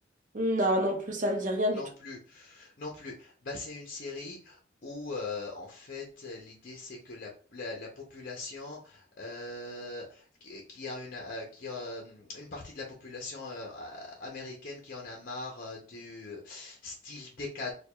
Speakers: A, on the right; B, on the left.
A: Non, non plus, ça me dit rien du
B: Non
A: tout.
B: plus. Non plus. Bah, c'est une série où, euh, en fait, l'idée, c'est que la, la- la population, euh, qui, qui a une, euh, qui a hum, une partie de la population euh, a- américaine qui en a marre euh, du euh, style décadent